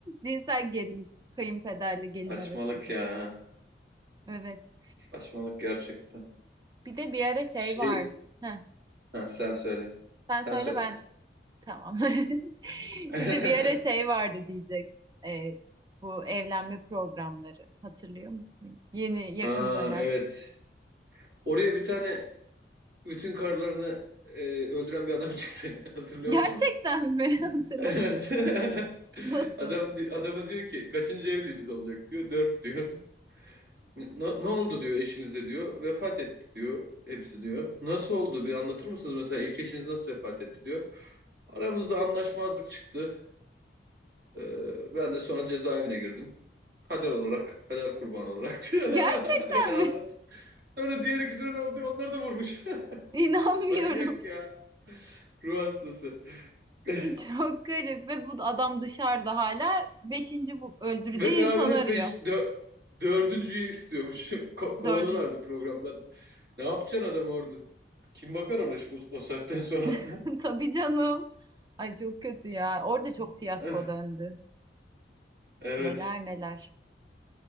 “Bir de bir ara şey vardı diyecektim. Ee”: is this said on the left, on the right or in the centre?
Right